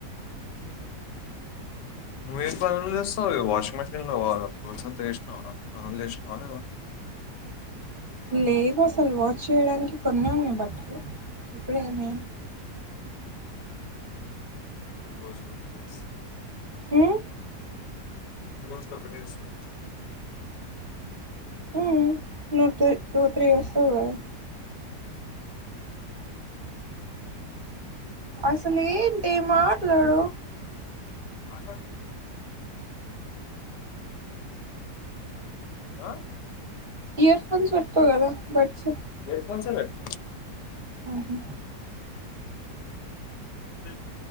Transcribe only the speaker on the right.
లేవు అసలు వాచ్ చేయడానికి కొన్ని ఉన్నాయి బట్టలు ఇప్పుడే ఏన్నాయ
ఏ
ఉ <unintelligible> అసలేంటి మా <unintelligible> డు
ఇయర్ ఫోన్స్ పెట్టుకో కదా బట్
ఆహా